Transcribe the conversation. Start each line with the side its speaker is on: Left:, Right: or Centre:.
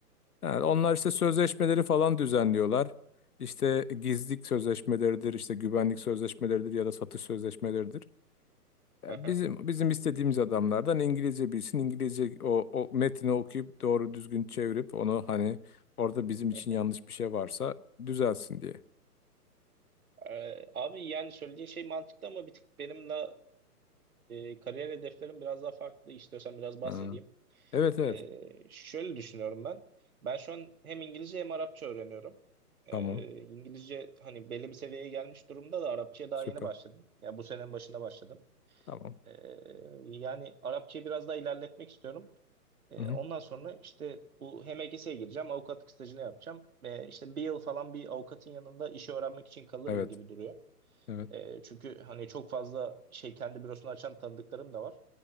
Left: Yani onlar işte sözleşmeleri falan düzenliyorlar. İşte gizlilik sözleşmeleridir, işte güvenlik sözleşmeleridir ya da satış sözleşmeleridir. Ya
Right: Aha.
Left: bizim bizim istediğimiz adamlardan İngilizce bilsin, İngilizce o, o metni okuyup doğru düzgün çevirip onu hani orada bizim için
Right: Hı hı.
Left: yanlış bir şey varsa düzelsin diye.
Right: Ee, abi yani söylediğin şey mantıklı ama bir tık benim de e, kariyer hedeflerim biraz daha farklı. İstiyorsan biraz bahsedeyim.
Left: Ha. Evet evet.
Right: Ee, şöyle düşünüyorum ben. Ben şu an hem İngilizce hem Arapça öğreniyorum. Ee,
Left: Tamam.
Right: İngilizce hani belli bir seviyeye gelmiş durumda da Arapçaya daha
Left: Süper.
Right: yeni başladım. Yani bu senenin başında başladım.
Left: Tamam.
Right: Ee, yani Arapçayı biraz daha ilerletmek istiyorum. E,
Left: Hı hı.
Right: ondan sonra işte bu hem HMGS'ye gireceğim, avukatlık stajını yapacağım. E, işte bir yıl falan bir avukatın yanında işi öğrenmek için kalırım
Left: Evet.
Right: gibi duruyor.
Left: Evet.
Right: E, çünkü hani çok fazla şey kendi bürosunu açan tanıdıklarım da var.